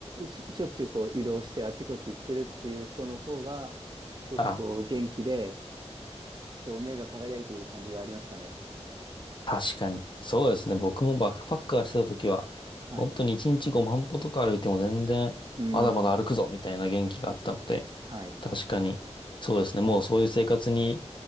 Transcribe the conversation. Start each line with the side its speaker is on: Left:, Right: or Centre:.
Right: し、しょっちゅうこう移動してあちこち行ってるっていう人の方が、すごくこう元気で、
Left: あ、
Right: こう、目が輝いている感じがありましたね。
Left: 確かに。そうですね。僕もバックパッカーしてた時は、
Right: はい。
Left: 本当に1日5万歩とか歩いても全然、
Right: うーん。
Left: まだまだ歩くぞみたいな元気があったので、
Right: はい。
Left: 確かに、そうですね。もうそういう生活に、